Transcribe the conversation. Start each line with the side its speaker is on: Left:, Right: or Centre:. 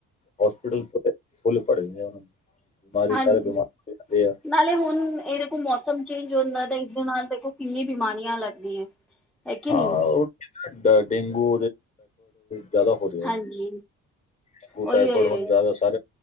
Left: ਹੋਸਪਿਟਲ ਤਾਂ ਫੁੱਲ ਭਰੇ ਨੇ। ਬਿਮਾਰੀ
Centre: ਹਾਂਜੀ
Left: ਸਾਰੇ ਬਿਮਾਰ ਜਾਂਦੇ ਆ।
Centre: ਨਾਲੇ ਹੁਣ ਇਹ ਦੇਖੋ ਮੌਸਮ ਚੇਂਜ ਹੁੰਦਾ ਤਾਂ ਇਸਦੇ ਨਾਲ ਦੇਖੋ ਕਿੰਨੀ ਬਿਮਾਰੀਆਂ ਲੱਗਦੀਆਂ। ਹੈ ਕਿ
Left: ਹਾਂ
Centre: ਨਹੀਂ
Left: <inaudible> ਡੇਂਗੂ ਜਾਦਾ ਹੋ ਰਿਹਾ।
Centre: ਹਾਂਜੀ
Left: ਡੇਂਗੂ,
Centre: ਉਹੀ
Left: ਟਾਈਫਾਈਡ
Centre: ਉਹੀ
Left: ਹੁਣ
Centre: ਉਹੀ
Left: ਜਾਦਾ ਸਾਰੇ